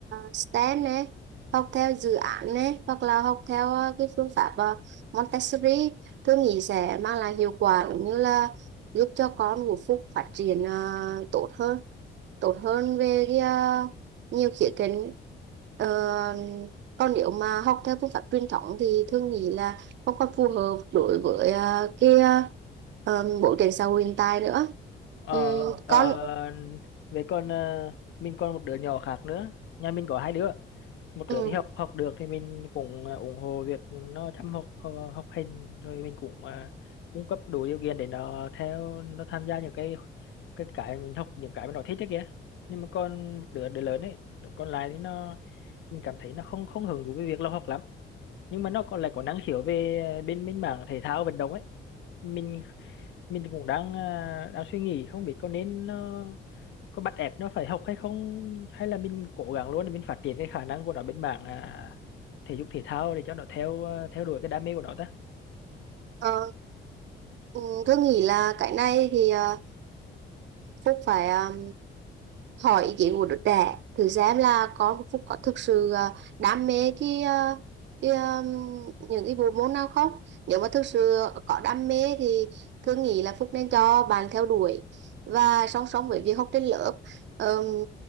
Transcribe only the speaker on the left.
ờ
ờ,
về còn ờ, mình còn một đứa nhỏ khác nữa nhà mình có hai đứa một
đứa thì học học được thì mình cũng à, ủng hộ việc nó chăm học học, học hành rồi mình cũng à, cung cấp đủ điều kiện để nó theo nó tham gia những cái cái cái mình học những cái mà nó thích đấy kìa nhưng mà còn một đứa đứa lớn ấy đứa còn lại thì nó mình cảm thấy nó không không hứng thú với việc nó học lắm nhưng mà nó còn lại có năng khiếu về bên bên mảng thể thao vận động ấy mình mình cũng đang à, đang suy nghĩ không biết có nên nó có bắt ép nó phải học hay không hay là mình cố gắng luôn để mình phát triển cái khả năng của nó bên mảng à, thể dục thể thao để cho nó theo à, theo đuổi cái đam mê của nó ta